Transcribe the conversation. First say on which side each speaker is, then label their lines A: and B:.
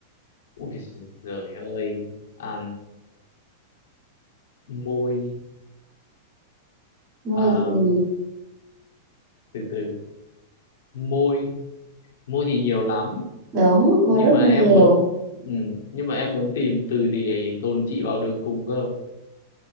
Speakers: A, on the left (about 85°); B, on the right (about 25°).
A: ui giời ơi à, môi
B: môi
A: à,
B: gì
A: từ từ môi môi thì nhiều lắm
B: đúng môi
A: nhưng
B: rất
A: mà
B: nhiều
A: em muốn ừ, nhưng mà em muốn tìm từ gì để dồn chị vào đường cùng cơ